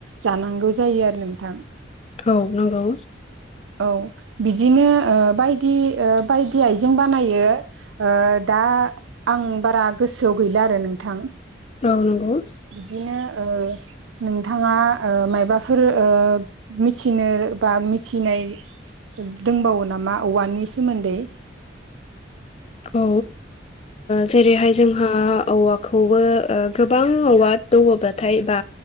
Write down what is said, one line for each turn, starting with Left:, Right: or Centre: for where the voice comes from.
Right: जानांगौ जायो आरो नोंथां।
Left: औ नंगौ
Right: औ बिदिनो ओ बायदि ओ बायदि आइजें बानायो। ओ दा आं बारा गोसोआव गैला आरो नोंथां।
Left: औ नंगौ
Right: बिदिनो ओ नोंथाङा ओ मायबाफोर ओ मिथिनो बा मिथिनाय दोंबावो नामा औवानि सोमोन्दै
Left: औ जेरैहाय जोंहा औवाखौबो ओ गोबां औवा दङब्लाथाय बा